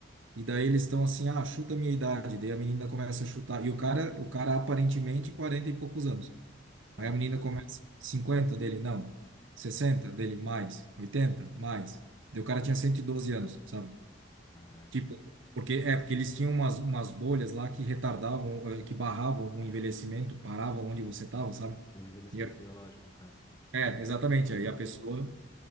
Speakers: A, on the right; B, on the left.
A: E daí eles estão assim, ah, chuta a minha idade. Daí a menina começa a chutar. E o cara, o cara aparentemente 40 e poucos anos.
B: Tá.
A: Aí a menina começa, 50 dele, não. sessenta dele, mais. oitenta mais. Daí o cara tinha 112 anos, sabe?
B: Caralho.
A: Tipo, porque é porque eles tinham umas, umas bolhas lá que retardavam, eh, que barravam o envelhecimento, paravam onde você estava, sabe?
B: O envelhecimento
A: E a-
B: biológico, no caso.
A: é, exatamente.
B: Aham.
A: Aí a pessoa,